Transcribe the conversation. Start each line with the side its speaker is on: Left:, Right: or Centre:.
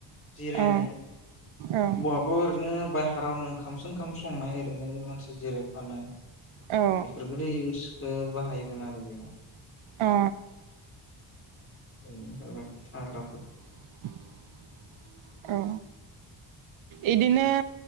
Left: जिरायनाय।
Right: औ औ
Left: बहाबो ओरैनो बायहारावनो। ओंखामसो ओंखाम संनाय ओरैनो मानसि जिरायफानाय
Right: औ
Left: बेफोरफोरखौदि। बाहायोमोन आरो बेयाव।
Right: ए।
Left: बेनिफ्राय बाखि थाग्रा।
Right: <inaudible> औ इदिनो।